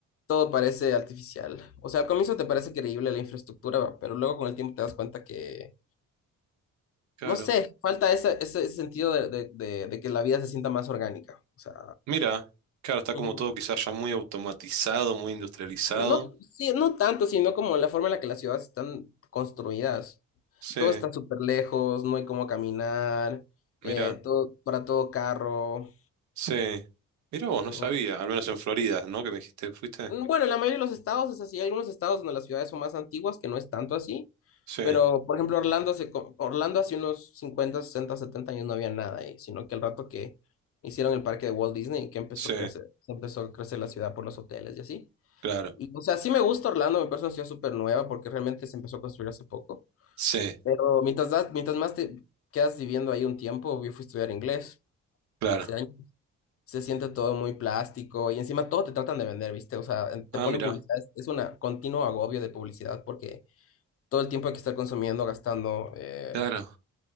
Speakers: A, on the left (about 50°); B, on the right (about 70°).
A: todo parece artificial. O sea, al comienzo te parece creíble la infraestructura, pero luego con el tiempo te das cuenta que,
B: claro.
A: no sé, falta ese, ese, ese sentido de, de- de- de que la vida se sienta más orgánica. O sea,
B: Mira, claro, está
A: ujú.
B: como todo quizás ya muy automatizado, muy industrializado.
A: No, sí, no tanto, sino como la forma en la que las ciudades están construidas.
B: Sí,
A: Todo está súper lejos, no hay cómo caminar,
B: mira,
A: eh, todo, para todo carro.
B: sí. Mira vos, no
A: ¿no?
B: sabía, al menos en Florida, ¿no? Que me dijiste, ¿fuiste?
A: Mm, Bueno, en la mayoría de los estados es así. Hay algunos estados donde las ciudades son más antiguas que no es tanto así.
B: Sí,
A: Pero, por ejemplo, Orlando, se, co- Orlando hace unos 50, 60, 70 años no había nada ahí, sino que el rato que hicieron el parque de Walt Disney, que empezó
B: sí,
A: a crecer, se empezó a crecer la ciudad por los hoteles y así.
B: claro.
A: Y, o sea, sí me gusta Orlando, me parece una ciudad súper nueva porque realmente se empezó a construir hace poco.
B: Sí,
A: Pero mientras, das- mientras más te quedas viviendo ahí un tiempo, yo fui a estudiar inglés.
B: claro.
A: Hace se siente todo muy plástico y encima todo te tratan de vender, ¿viste? O sea, en- te
B: Ah,
A: ponen
B: mira,
A: publicidad, es es una continuo agobio de publicidad porque todo el tiempo hay que estar consumiendo, gastando, eh,
B: claro.